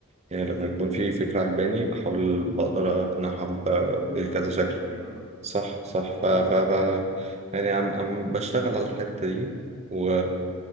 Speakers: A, on the right (about 30°); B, on the right (about 55°).
A: يعني لما يكون في فكرة عجباني بحاول بقدر أقنعها ب-
B: تقدر
A: بكذا
B: انك
A: شكل
B: تقنع بيها
A: صح صح ف
B: اه
A: ف ف يعني عم عم بشتغل على الحتة دي و...